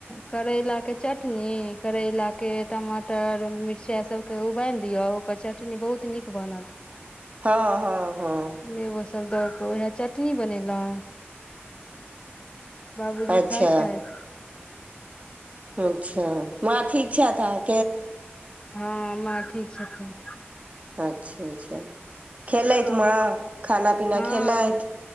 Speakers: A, on the left (about 25°); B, on the right (about 35°).
A: करैलाके चटनी करैलाके टमाटर मिरचाइ सबके उबालि दियौ ओकर चटनी बहुत नीक बनत
B: हँ हँ हँ
A: नेबो सब दऽ कऽ उएह चटनी बनेलहुँ बाबूजी
B: अच्छा
A: खाय छैथ
B: अच्छा माँ ठीक छैथ आहँ
A: हँ माँ ठीक छथिन
B: अच्छा अच्छा खेलैत
A: आओर
B: माँ खाना पीना
A: हँ
B: खेलैथ